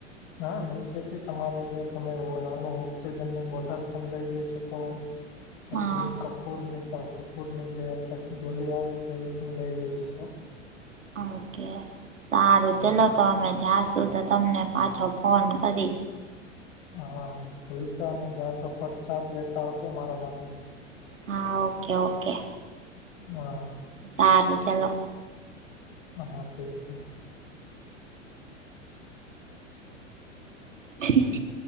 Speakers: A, on the left; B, on the right.
A: ના નીચેથી તમારે જો તમે નાનો ઓક્સિજનની બોટલ પણ લઈ જઈ શકો છો. પછી
B: હા
A: કપૂરની આપણે ગોળી આવે તો એ પણ લઈ જઈ શકો છો.
B: ઓકે. સારું ચાલો તો અમે જઈશું તો તમને પાછો ફોન કરીશ.
A: હા ભૂલતા નહિ જાવ તો પ્રસાદ લેતા આવજો મારી માટે.
B: હા ઓકે ઓકે.
A: હા.
B: સાારું ચાલો.
A: હા ઠીક છે.
B: <inaudible>